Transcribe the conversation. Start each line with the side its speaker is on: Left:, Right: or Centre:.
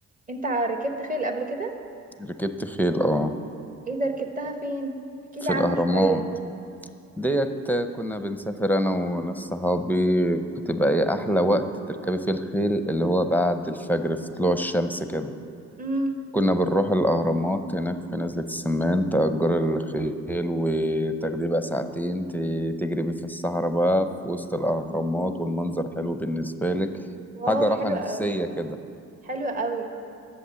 Right: انت ركبت خيل قبل كده
Centre: ركبت خيل اه
Right: ايه ده ركبتها فين احكيلي
Centre: في
Right: عنها
Centre: الاهرامات
Right: شوية
Centre: ديت كنا بنسافر انا وناس صحابي بتبقى ايه احلى وقت تركبي فيه الخيل اللي هو بعد الفجر في طلوع الشمس كده
Right: امم
Centre: كنا بنروح الاهرامات هناك في نزلة السمان تأجر الخيل وتاخديه بقى ساعتين ت- تجري بيه في الصحراء بقى في وسط الاهرامات والمنظر حلو بالنسبة لك
Right: واو
Centre: حاجة راحة
Right: حلو
Centre: نفسية
Right: قوي
Centre: كده
Right: حلو قوي